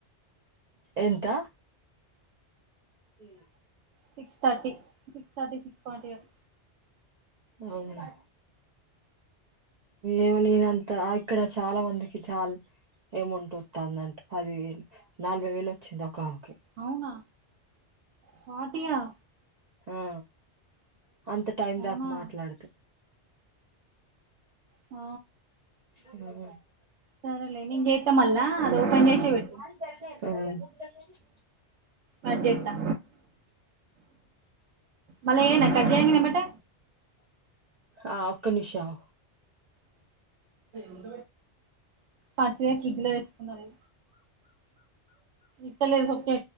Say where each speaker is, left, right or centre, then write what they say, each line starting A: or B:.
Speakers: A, on the right (about 50°); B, on the right (about 85°).
A: ఎంత peanuts
B: six thirty six thirty six forty అట్
A: అవునా ఏం నేనంత ఇక్కడ చాలా మందికి చాలు ఏమౌంటొత్తాందంట పది వేలు నలభై వేలు వచ్చింది ఒకామెకి
B: అవునా ఫార్టీ ఆ
A: ఆ అంత టైం
B: అవునా
A: దాకా మాట్లాడుతే
B: ఆ
A: ఊ ఊ ఆ
B: సరేలే నేను చేత్తా మళ్ళా అది ఓపెన్ చేసే పెట్టు కట్ జేత్తా మల్లా చేయనా కట్ చేయంగానే ఎంబెట
A: ఆ ఒక్క నిషం
B: ఉం పచ్చడి ఫ్రిడ్జ్ లో పెట్టుకున్నది ఇత్తలేదు